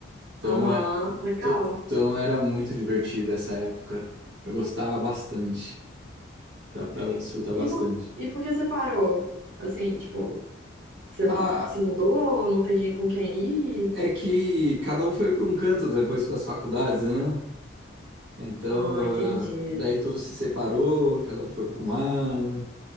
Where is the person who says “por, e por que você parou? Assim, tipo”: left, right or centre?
Right